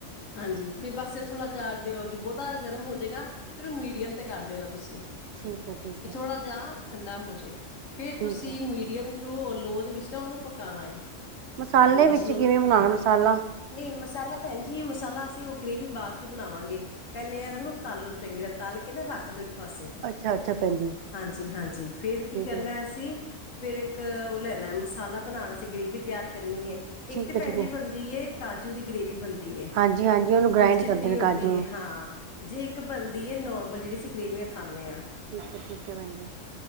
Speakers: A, on the left (about 80°); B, on the right (about 65°).
A: ਹਾਂਜੀ! ਫਿਰ ਬਸ ਥੋੜ੍ਹਾ ਜਿਹਾ ਬਹੁਤਾ ਗਰਮ ਹੋ ਜਾਏਗਾ। ਫਿਰ ਮੀਡੀਅਮ ਤੇ ਕਰ ਦੇਣਾ ਤੁਸੀਂ।
B: ਠੀਕ ਹੈ ਠੀਕ
A: ਕਿ
B: ਹੈ
A: ਥੋੜ੍ਹਾ ਜਿਹਾ ਠੰਡਾ ਹੋ ਜਾਏ। ਫੇਿਰ
B: ਠੀਕ
A: ਤੁਸੀਂ
B: ਹੈ
A: ਮੀਡੀਅਮ ਲੋ ਦੇ ਵਿੱਚ ਨਾ ਉਹਨੂੰ ਪਕਾਣਾ ਏ।
B: ਮਸਾਲੇ
A: ਬੋਲਸ
B: ਵਿੱਚ
A: ਨੂੰ
B: ਕਿਵੇਂ
A: ਨਾ।
B: ਬਣਾਉਣਾ
A: ਹਾਂਜੀ!
B: ਮਸਾਲਾ
A: ਨਹੀਂ ਮਸਾਲਾ ਭੈਣਜੀ। ਮਸਾਲਾ ਅਸੀਂ ਉਹ ਗ੍ਰੇਵੀ ਬਾਅਦ ਚ ਬਣਾਵਾਂਗੇ। ਪਹਿਲੇ ਇਹਨਾਂ ਨੂੰ ਤਾਲ ਲੋ ਚੰਗੀ ਤਰ੍ਹਾਂ। ਤਾਲ ਕੇ ਨਾ ਰੱਖ ਦੋ ਇੱਕ ਪਾਸੇ।
B: ਅੱਛਾ ਅੱਛਾ ਭੈਣ ਜੀ
A: ਹਾਂਜੀ! ਹਾਂਜੀ! ਫੇਰ ਕੀ
B: ਠੀਕ
A: ਕਰਨਾ
B: ਹੈ
A: ਅਸੀਂ ਫੇਿਰ? ਇੱਕ ਉਹ ਲੈਣਾ ਮਸਾਲਾ ਬਣਾਣਾ ਸੀ। ਗ੍ਰੇਵੀ ਤਿਆਰ ਕਰਨੀ ਏ।
B: ਠੀਕ
A: ਇੱਕ ਤੇ
B: ਹੈ
A: ਭੈਣ
B: ਠੀਕ
A: ਜੀ
B: ਹੈ
A: ਬਣਦੀ ਏ! ਕਾਜੂ ਦੀ ਗ੍ਰੇਵੀ ਬਣਦੀ ਏ।
B: ਹਾਂਜੀ ਹਾਂਜੀ ਉਹਨੂੰ ਗ੍ਰਾਇੰਡ
A: ਜਿਹੜੀ ਚਿੱਟੀ
B: ਕਰਦੇ ਨੇ
A: ਹੁੰਦੀ
B: ਕਾਜੂ ਨੂੰ
A: ਹੈ। ਹਾਂ! ਜੇ ਇੱਕ ਬਣਦੀ ਹੈ ਨੋਰਮਲ। ਜਿਹੜੀ ਅਸੀ ਕਰੇਮੀਆਂ ਖਾਂਦੇ ਹਾਂ।
B: ਠੀਕ ਹੈ! ਠੀਕ ਹੈ! ਭੈਣ ਜੀ।